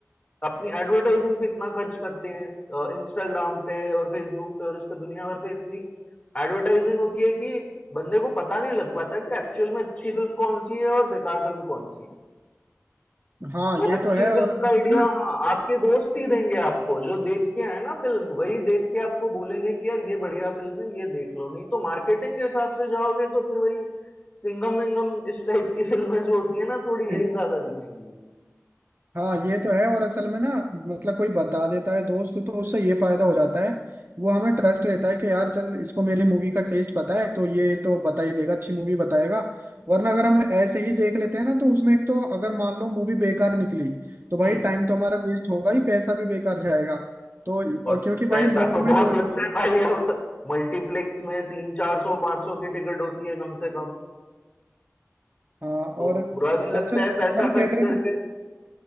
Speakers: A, on the left; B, on the right.
A: अपनी एडवर्टाइजिंग पे इतना खर्च करते हैं इंस्टाग्राम पे और फेसबुक पे और इस पे दुनिया भर पे इतनी एडवर्टाइजिंग होती है कि बंदे को पता नहीं लग पाता कि एक्चुअल में अच्छी फिल्म कौन सी है और बेकार फिल्म कौन सी है
B: हाँ
A: तो
B: ये
A: अच्छी
B: तो है
A: फिल्म
B: और उसमें
A: का आइडिया हाँ आपके दोस्त ही देंगे आपको जो देख के आए ना फिल्म वही देख के आपको बोलेंगे कि यार ये बढ़िया फिल्म है ये देख लो नहीं तो मार्केटिंग के हिसाब से जाओगे तो फिर वही सिंगम विंगम इस टाइप की फिल्में जो होती है ना थोड़ी
B: ना
A: यही ज्यादा दिखेंगी
B: हाँ ये तो है और असल में ना मतलब कोई बता देता है दोस्त तो उससे ये फायदा हो जाता है वो हमें ट्रस्ट रहता है कि यार चल इसको मेरी मूवी का टेस्ट पता है तो ये तो बता ही देगा अच्छी मूवी बताएगा वरना अगर हम ऐसे ही देख लेते हैं ना तो उसमें एक तो अगर मान लो मूवी बेकार निकली तो भाई
A: हम्म
B: टाइम तो हमारा वेस्ट होगा ही पैसा भी बेकार जाएगा तो
A: और
B: और क्योंकि
A: पैसा
B: भाई मूवी
A: तो
B: में
A: बहुत
B: रोज
A: लगता है भाई अब मल्टीप्लेक्स में तीन चार सौ पांच सौ की टिकट होती है कम से कम
B: हाँ
A: तो
B: और अच्छा
A: बुरा भी लगता
B: तुम्हारी
A: है पैसा खर्च
B: फेवरेट
A: करके